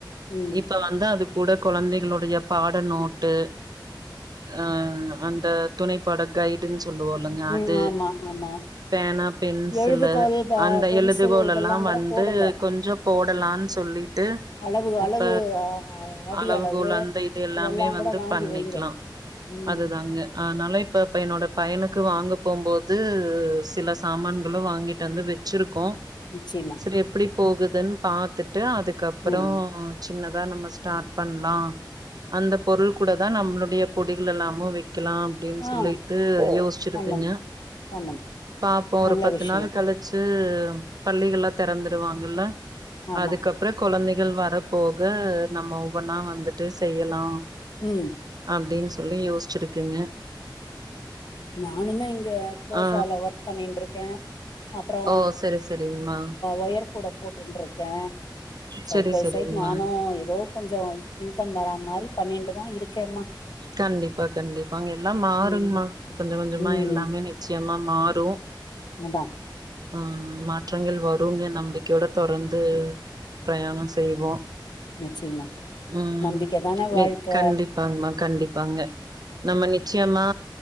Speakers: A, on the left (about 60°); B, on the right (about 55°).
A: ம்
B: இப்ப வந்தா அது கூட கொழந்தைகளுடைய பாட நோட்டு ஆ அந்த துணைப்பாட கைடன்ஸ் சொல்லுவளுங்க அது
A: ம் ஆமா ஆமா
B: பேனா பென்சிலு
A: எழுதுகோல் ப
B: அந்த
A: பென்சில்
B: எழுதுகோள்ல்லா
A: இதெல்லா கூட
B: வந்து
A: போடுங்க
B: கொஞ்சோ போடலா சொல்லிட்டு
A: அளவு
B: இப்ப
A: அளவு அ அ அடி
B: அளவுகோல்
A: அளவு
B: அந்த இது எல்லாமே
A: இதெல்லா
B: வந்து
A: கூட வாங்கி
B: பண்ணிக்கலா
A: வைங்க ம்
B: அதுதாங்க அனால இப்ப இப்ப என்னோட பையனுக் க்கு வாங்க போம்போது சில சாமான்களு வாங்கிட்டந்து வச்சுருக்கோ
A: நிச்சயமா
B: சரி எப்பிடி போகு தென் பாத்து ட்டு அதுக்கப்புறோ
A: ம்
B: சின்னதா நம்ம ஸ்டார்ட் பண்லா அந்த பொருள் கூடதா நம்ளுடைய பொடிகள் எல்லாமு க்கிலா அப்பிடின் சொல்லிட்டு
A: ஆ
B: யோசிச்ருக்குங்க
A: பண்ணுங்க பண்ணுங்க
B: பாப்போ ஒரு
A: நல்ல
B: பத்து
A: விஷயம்
B: நாள் கழிச்சி தம் பள்ளிகள்ல்லா தெறந்துருவாங்கல
A: ஆமா
B: அதுக்கப்புறோ கொழந்தை கில் வரப் போக நம்ம ஒவ்வொன்னா வந்துட்டு செய்யலா
A: ம்
B: அப்பிடின் சொல்லி யோசிச்சிருக்குங்க
A: நானுமே இங்க க்ரோஷால
B: ஆ.
A: ஒர்க் பண்ணின்டுருக்கே அப்புறோ
B: ஓ சரி சரிங்கம்மா
A: ஒயர் கூட போட்டுன்டுருக்கே சைட்
B: சரி
A: பை
B: சரிங்கம்மா
A: சை நானு ஏதோ கொஞ்சோ இன்கம் வரா மாரி பண்ணின்டுதா இருக்கேம்மா
B: கண்டிப்பா கண்டிப்பாங்க எல்லா மாறுங்மா
A: ம்
B: கொஞ்ச கொஞ்சமா
A: ம்
B: எல்லாமே நிச்சியமா மாறு
A: அதா
B: ஆ மாற்றங்கள் வருங்க நம்பிக்கயோட தொரந்து பிரயாணோ செய்வோ
A: நிச்சயமா
B: ம்
A: நம்பிக்க தான வாழ்க்க
B: எ கண்டிப்பாங்மா கண்டி ப்பாங்க நம்ம நிச்சியமா